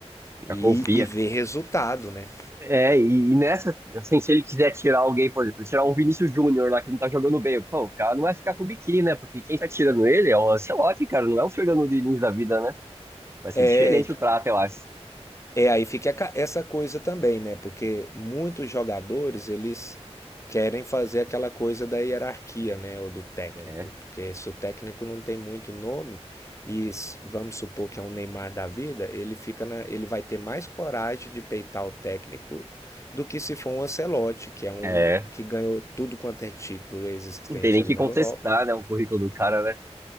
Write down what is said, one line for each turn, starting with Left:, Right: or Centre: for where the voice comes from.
Left: E,
Right: já confia.
Left: e vê resultado, né?
Right: É, e, e nessa, assim, se ele quiser tirar alguém, por exemplo, tirar um Vinícius Júnior lá que não tá jogando bem, pô, o cara não vai ficar com o biquíni, né? Porque quem tá tirando ele é o Ancelotti, cara, não é o Fernando Diniz da vida, né? Vai ser
Left: É,
Right: diferente o trato, eu acho.
Left: É, aí fica a ca- essa coisa também, né? Porque muitos jogadores, eles querem fazer aquela coisa da hierarquia, né? Ou do técnico.
Right: É,
Left: Porque se o técnico não tem muito nome, e s- vamos supor que é um Neymar da vida, ele fica na, ele vai ter mais coragem de peitar o técnico do que se for um Ancelotti, que é um
Right: é,
Left: que ganhou tudo quanto é título existente
Right: não tem nem
Left: ali
Right: que
Left: na
Right: contestar,
Left: Europa.
Right: né, o currículo do cara, né?